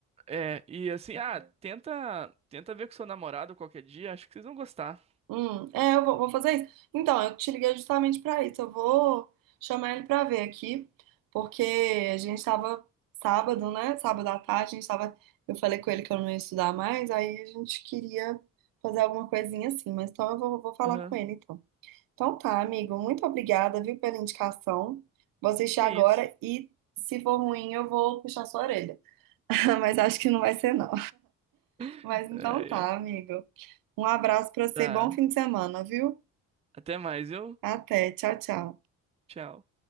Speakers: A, on the right; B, on the right.
A: É, e assim, ah, tenta, tenta ver com seu namorado qualquer dia, acho que vocês vão gostar.
B: Hum, é, eu vou, vou fazer isso. Então, eu te liguei justamente para isso. Eu vou chamar ele para ver aqui, porque a gente estava sábado, né? Sábado à tarde, a gente estava. Eu falei com ele que eu não ia estudar mais, aí a gente queria fazer alguma coisinha assim, mas então eu vou, vou falar
A: Aham,
B: com ele então. Então tá, amigo, muito obrigada, viu, pela indicação. Vou assistir
A: Que
B: agora
A: isso.
B: e se for ruim, eu vou puxar sua orelha. <laughs> Mas acho que não vai ser, não.
A: <laughs>
B: Mas então
A: Ai,
B: tá,
A: ai.
B: amigo. Um abraço para você,
A: Tá,
B: bom fim de semana, viu?
A: até mais, viu?
B: Até. Tchau, tchau.
A: Tchau.